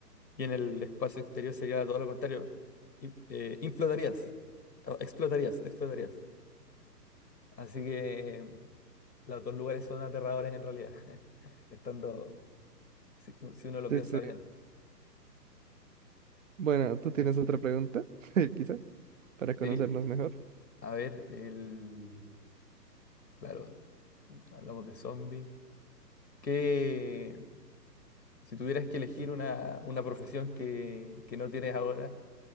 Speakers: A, on the left; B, on the right.
A: Y en el espacio exterior sería todo lo contrario. in- eh, inflotarías, o explotarías, explotarías. Así que los dos lugares son aterradores en realidad, <laughs> estando, si, si uno lo
B: Sí,
A: piensa
B: sí.
A: bien.
B: Bueno, ¿tú tienes otra pregunta? <laughs> Quizá, para conocernos
A: Sí,
B: mejor.
A: a ver, el, claro, hablamos de zombies. Que si tuvieras que elegir una, una profesión que, que no tienes ahora,